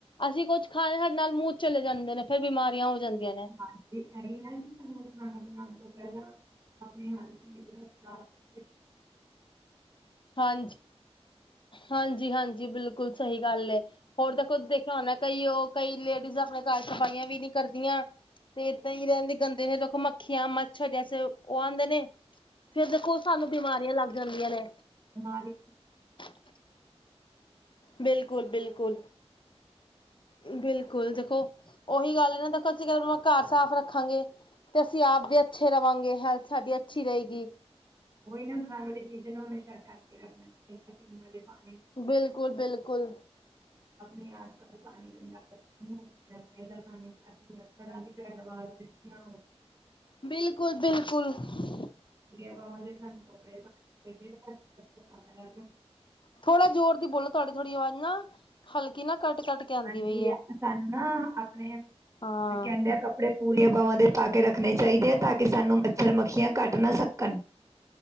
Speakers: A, on the left; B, on the right.
A: ਅਸੀਂ ਕੁੱਛ ਖਾਇਆ ਨਾਲ ਮੂੰਹ ਚਲੇ ਜਾਂਦੇ ਨੇ। ਫ਼ਿਰ ਬਿਮਾਰੀਆਂ ਹੋ ਜਾਂਦੀਆਂ ਨੇ।
B: ਹਾਂਜੀ। ਇਹੀ ਨਾ ਕਿ ਸਾਨੂੰ ਖਾਣਾ ਬਣਾਉਣ ਤੋਂ ਪਹਿਲਾਂ ਆਪਣੇ ਹੱਥ ਚੰਗੀ ਤਰ੍ਹਾਂ ਸਾਫ਼ ਕਰ।
A: ਹਾਂਜੀ। ਹਾਂਜੀ-ਹਾਂਜੀ, ਬਿਲਕੁਲ ਸਹੀ ਗੱਲ ਏ। ਹੋਰ ਦੇਖੋ ਦੇਖ ਹੁਣ ਕਈ ਉਹ ਕਈ ਲੇਡੀਜ਼ ਆਪਣੇ ਘਰ ਸਫ਼ਾਈਆਂ ਵੀ ਨਹੀਂ ਕਰਦੀਆਂ। ਤੇ ਇੱਦਾਂ ਹੀ ਰਹਿੰਦੀ ਗੰਦਗੀ ਦੇਖੋ। ਮੱਖੀਆਂ-ਮੱਛਰ ਜੇਸੈ ਉਹ ਆਉਂਦੇ ਨੇ। ਫੇਰ ਦੇਖੋ ਸਾਨੂੰ ਬਿਮਾਰੀਆਂ ਲੱਗ ਜਾਂਦੀਆਂ ਨੇ।
B: ਬਿਮਾਰੀ।
A: <inaudible> ਬਿਲਕੁਲ-ਬਿਲਕੁਲ। ਬਿਲਕੁਲ ਦੇਖੋ। ਉਹੀ ਗੱਲ ਏ ਨਾ ਦੇਖੋ ਅਸੀਂ। <unintelligible> ਘਰ ਸਾਫ਼ ਰੱਖਾਂਗੇ ਤੇ ਅਸੀਂ ਆਪ ਵੀ ਅੱਛੇ ਰਵਾਂਗੇ। ਹੈਲਥ ਸਾਡੀ ਅੱਛੀ ਰਹੇਗੀ।
B: ਹੋਹੀ ਨਾ ਖਾਣ ਵਾਲੀ ਚੀਜ਼ਾਂ ਨੂੰ ਹਮੇਸ਼ਾ ਢੱਕ ਕੇ ਰੱਖਣਾ ਚਾਹੀਦਾ। ਪੀਣ ਵਾਲੇ ਪਾਣੀ ਨੂੰ।
A: ਬਿਲਕੁਲ-ਬਿਲਕੁਲ।
B: ਆਪਣੇ ਆਸ ਪਾਸ ਪਾਣੀ ਗੰਦਾ ਕਰਦੀ ਐਂ। ਆਪਣੇ ਘਰ ਪਾਣੀ ਕੱਜ ਕੇ ਰੱਖੋ। <unintelligible>
A: ਬਿਲਕੁਲ-ਬਿਲਕੁਲ। ਕੁੱਲ। <inaudible>
B: ਜਵਾਂਮ ਸਾਨ ਬਪੜ। <unintelligible>
A: ਥੋੜਾ ਜ਼ੋਰ ਦੀ ਬੋਲੋ। ਤੁਹਾਡੀ ਥੋੜ੍ਹੀ ਆਵਾਜ਼ ਨਾ ਹਲਕੀ ਨਾ ਕੱਟ ਕੱਟ ਕੇ। ਆਉਂਦੀ
B: ਹਾਂਜੀ।
A: ਪਈ ਹੈ
B: <unintelligible> ਸਾਨੂੰ ਨਾ ਆਪਣੇ
A: ਹਾਂ
B: ਕਹਿੰਡਿਆਂ ਕੱਪੜੇ। ਪੂੜੀਆਂ ਬਾਵਾਂ ਦੇ ਪਾ ਕੇ ਰੱਖਣੇ ਚਾਹੀਦੇ ਆ। ਤਾਂ ਕਿ ਸਾਨੂੰ ਮੱਛਰ ਮੱਖੀਆਂ ਕੱਟ ਨਾ ਸਕਣ।